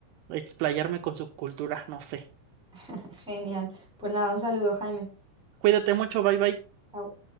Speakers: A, on the right (about 85°); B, in the centre.
A: explayarme con su cultura. No sé.
B: <laughs> Genial. Pues nada, un saludo, Jaime.
A: Cuídate mucho. Bye bye.
B: Chao.